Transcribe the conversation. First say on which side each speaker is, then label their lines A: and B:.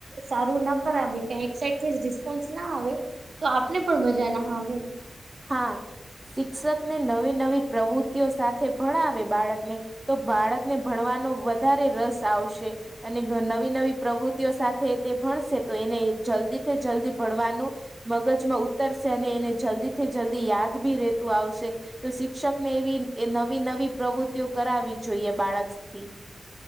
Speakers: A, on the right; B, on the right.
A: સારું ના કરાવીકા એક સાઇડથી જ રિસ્પોન્સ ના આવે તો આપને પણ મજા ના આવે
B: હા શિક્ષકને નવી નવી પ્રવૃતિઓ સાથે થે ભણાવે બાળકને તો બાળકને ભણવાનો વધારે રસ આવશે અને નવી નવી પ્રવૃતિઓ સાથે તે ભણશે તો એને જલ્દીથી જલ્દી ભણવાનુ મગજમાં ઉતરશે અને એને જલ્દીથી જલ્દી યાદ બી રહેેતું આવશે તો શિક્ષકને એવી એ નવી નવી પ્રવૃત્તિઓ કરાવવી જોઈએ બાળસ્ક થી